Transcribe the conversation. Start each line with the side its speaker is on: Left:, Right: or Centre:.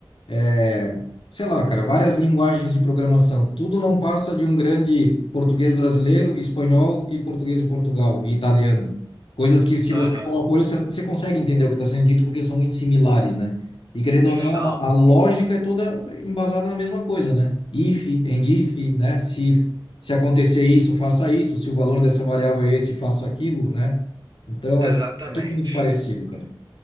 Left: é, sei lá, cara, várias linguagens de programação. Tudo não passa de um grande português brasileiro, espanhol e português de Portugal e italiano. Coisas que, se
Right: Aham,
Left: você coloca o olho, você você consegue entender o que está sendo dito, porque são muito similares, né? E querendo
Right: São,
Left: ou não, a a lógica é toda embasada na mesma coisa, né? If, and if, né? Se, se acontecer isso, faça isso. Se o valor dessa variável é esse, faça aquilo, né? Então,
Right: exatamente,
Left: é, tu- é tudo muito parecido, cara.